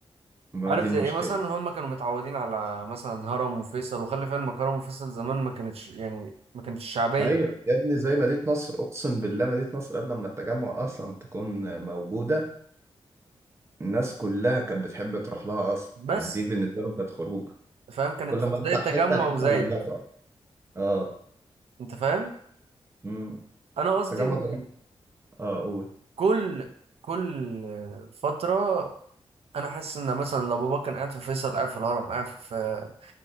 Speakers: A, on the right; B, on the right.
A: ما
B: عارف
A: دي
B: زي
A: المشكلة
B: ايه مثلا هم كانوا متعودين على مثلا هرم وفيصل وخلي في علمك هرم وفيصل زمان ما كانتش يعني ما كانتش شعبية
A: ايوه يا ابني زي مدينة نصر اقسم بالله مدينة نصر قبل ما التجمع اصلا تكون موجودة الناس كلها كانت بتحب تروح لها اصلا
B: بس
A: يعني دي بالنسبة لهم كانت خروج
B: فاهم كانت
A: كل ما تطلع
B: زي التجمع
A: حتة الحتة
B: وزايد
A: اللي قبلها تقعد اه
B: انت فاهم
A: امم
B: انا قصدي
A: التجمع
B: ان
A: ده اه قول
B: كل كل فتره انا حاسس ان مثلا لو بابا كان قاعد في فيصل قاعد في الهرم قاعد في في